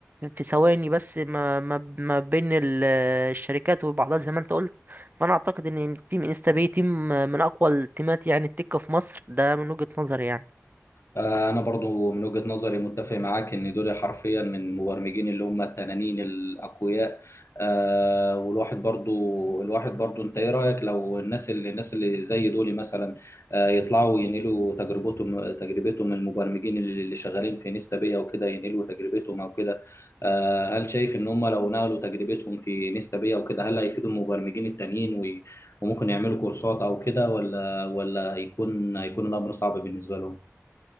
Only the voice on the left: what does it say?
آه، أنا برضو من وجهة نظري متفق معاك إن دول حرفيا من المبرمجين اللي هم التنانين الأقوياء آه، والواحد برضو الواحد برضو أنت إيه رأيك لو الناس اللي الناس اللي زي دول مثلا آه، يطلعوا ينقلوا تجربتهم تجربتهم المبرمجين اللي اللي شغالين في نيستا بيا وكده ينقلوا تجربتهم أو كده آه، هل شايف إن هم لو نقلوا تجربتهم في نيستا بيا وكده هل هيفيدوا المبرمجين التانيين وي- وممكن يعملوا كورسات أو كده ولا ولا هيكون هيكون الأمر صعب بالنسبة لهم؟